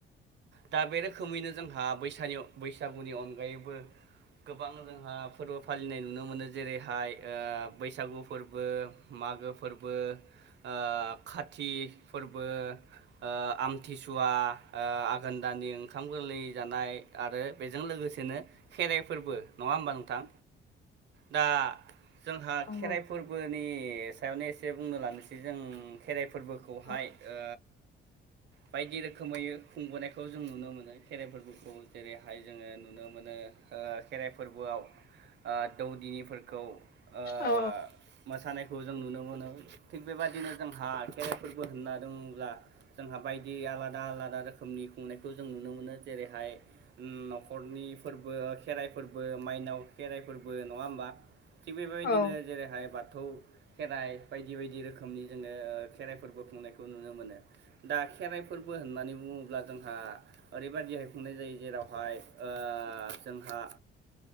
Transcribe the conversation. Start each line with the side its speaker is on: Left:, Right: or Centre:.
Right: दा बे रोखोमैनो जोंहा बैसानियाव- बैसागुनि अनगायैबो गोबां जोंहा फोरबो फालिनाय नुनो मोनो जेरैहाय ओ बैसागु फोरबो मा आगो फोरबो ओ खाथि फोरबो ओ आमथिसुवा आघोन दानि ओंखाम गोरलै जानाय, आरो बेजों लोगोसेनो खेराइफोरबो नङा होमबा नोंथां। दा जोंहा
Left: नोंथां? नंगौ
Right: खेराइ फोरबोनि सायावनो एसे बुंनो लानोसै जों खेराइफो फोरबोखौहाय
Left: औ
Right: ओ बायदि रोखोमै खुंबोनायखौ जों नुनो मोनो। खेराइ फोरबोखौ जेरैहाय जोङो नुनो मोनो हो खेराइ फोरबो आव दौदिनिफोरखौ ओ
Left: औ
Right: मोसानायखौ जों नुनो, मोनो थिग बेबादिनो जोंहा खेराइफोरबो होनना दङब्ला जोंहा बायदि आलादा आलादा रोखोमनि खुंनायखौ जों नुनो मोनो जे रैहाय नखरनि फोरबो खेराइ फोरबो, माइनाव खेराइ फोरब बो, नङा होमबा थिग बेबायदिनो
Left: औ
Right: जेरैहाय बाथ थौ खेराइ बायदि बायदि रोखोमनि जोङो खेराइफोरबो खुंनायखौ नुनो मोनो। दा खेराइ फोरबो होननानै बुङोब्ला जोंहा ओरैबायदिहाय खुंनाय जायो जेरावहाय ओ जोंहा